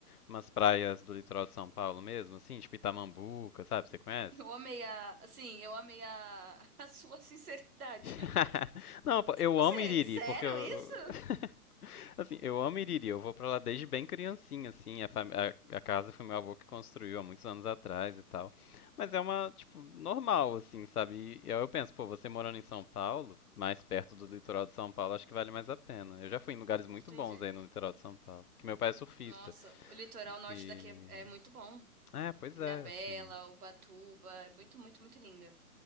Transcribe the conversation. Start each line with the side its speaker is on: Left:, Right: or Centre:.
Left: umas praias do litoral de São Paulo mesmo, assim, tipo Itamambuca, sabe? Você conhece?
Right: Eu amei a, assim, eu amei a, <laughs> a sua sinceridade.
Left: <laughs>
Right: <laughs>
Left: Não, pô, eu
Right: Você,
Left: amo Iriri,
Right: sério
Left: porque eu...
Right: isso?
Left: <laughs> Assim, eu amo Iriri, eu vou pra lá desde bem criancinha, assim. A, fami- a- a casa foi meu avô que construiu há muitos anos atrás e tal. Mas é uma, tipo, normal, assim, sabe? E aí eu penso, pô, você morando em São Paulo, mais perto do litoral de São Paulo, acho que vale mais a pena. Eu já fui em lugares muito
Right: Entendi.
Left: bons aí no litoral de São Paulo, que meu pai é surfista.
Right: Nossa, o litoral norte
Left: E.
Right: daqui é, é muito bom.
Left: É, pois
Right: Ilhabela,
Left: é, assim.
Right: Ubatuba, é muito, muito, muito linda.